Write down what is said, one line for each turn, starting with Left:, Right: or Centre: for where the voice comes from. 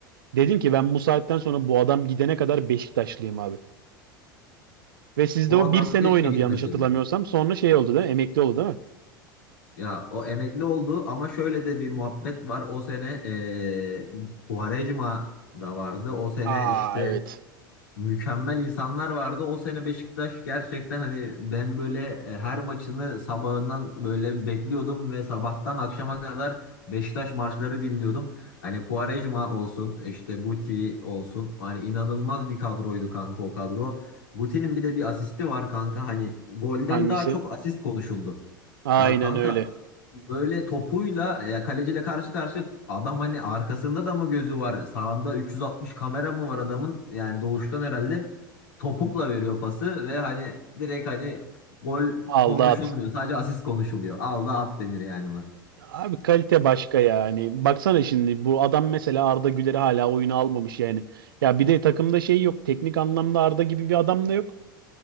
Right: Dedim ki ben bu saatten sonra bu adam gidene kadar Beşiktaşlıyım abi. Ve sizde
Left: O
Right: o
Left: adam
Right: bir sene
Left: keşke
Right: oynadı
Left: gitmeseydi.
Right: yanlış hatırlamıyorsam. Sonra şey oldu değil mi? Emekli oldu değil mi?
Left: Ya o emekli oldu ama şöyle de bir muhabbet var. O sene e, Quaresma da vardı. O sene
Right: Aa
Left: işte
Right: evet.
Left: mükemmel insanlar vardı. O sene Beşiktaş gerçekten hani ben böyle e, her maçını sabahından böyle bekliyordum ve sabahtan akşama kadar Beşiktaş maçları dinliyordum. Hani Quaresma olsun, işte Guti olsun. Hani inanılmaz bir kadroydu kanka o kadro. Guti'nin bir de bir asisti var kanka. Hani golden
Right: Hangisi?
Left: daha çok asist konuşuldu.
Right: Aynen
Left: Ya kanka
Right: öyle.
Left: Böyle topuyla e, kaleciyle karşı karşı adam hani arkasında da mı gözü var? Sağında 360 kamera mı var adamın? Yani doğuştan herhalde topukla veriyor pası ve hani direkt hani gol
Right: Aldat.
Left: konuşulmuyor. Sadece asist konuşuluyor. Al da at denir yani ona.
Right: Abi kalite başka yani. Baksana şimdi bu adam mesela Arda Güler'i hala oyuna almamış yani. Ya bir de takımda şey yok. Teknik anlamda Arda gibi bir adam da yok.